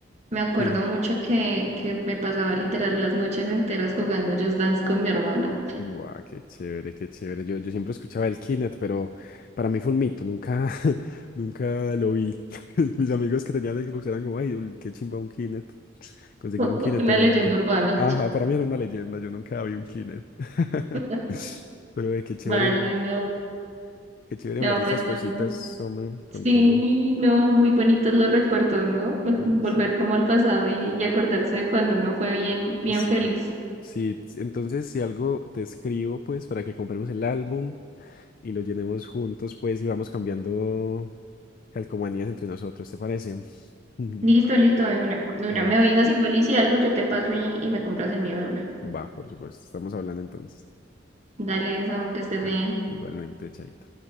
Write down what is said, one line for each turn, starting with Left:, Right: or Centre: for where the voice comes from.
Right: me acuerdo
Left: sí.
Right: mucho que, que me pasaba literal las noches enteras jugando Just Dance con mi hermana.
Left: Buah, qué chévere, qué chévere. Yo, yo siempre escuchaba el Kinect, pero para mí fue un mito, nunca, <laughs> nunca lo vi. <laughs> Mis amigos que tenían Xbox eran como, ay, ul- qué chimba un Kinect, conseguir
Right: <laughs>
Left: un Kinect,
Right: Una
Left: pero
Right: leyenda
Left: nunca.
Right: urbana.
Left: Ajá, para mí era una leyenda, yo nunca vi un Kinect. <laughs>
Right: <laughs>
Left: Pero eh, qué chévere,
Right: Vale, no,
Left: qué chévere
Right: no,
Left: hablar de estas
Right: pues
Left: cositas,
Right: no.
Left: hombre, contigo.
Right: sí, no, muy bonitos los recuerdos, ¿no? Vol-
Left: Sí,
Right: Volver
Left: sí,
Right: como al pasado y, y acordarse de cuando uno fue bien, bien
Left: sí.
Right: feliz.
Left: Sí, entonces si algo te escribo, pues para que compremos el álbum y lo llenemos juntos, pues y vamos cambiando calcomanías entre nosotros, ¿te parece? <laughs>
Right: Listo, listo, de una, de
Left: Va,
Right: una. Me avisas igual y si algo yo te paso y, y me compras el mío de una.
Left: va, por supuesto. Estamos hablando entonces.
Right: Dale, Samu, que estés
Left: Ah,
Right: bien.
Left: Igualmente, Chaito.